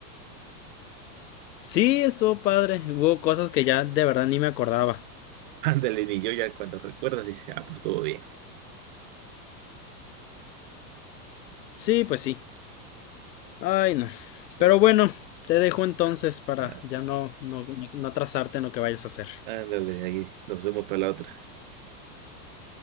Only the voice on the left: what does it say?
Sí, estuvo padre. Hubo cosas que ya de verdad ni me acordaba.
Sí, pues sí. Ay, no.
Pero bueno, te dejo entonces para
ya no, no, no, no atrasarte en lo que vayas a hacer.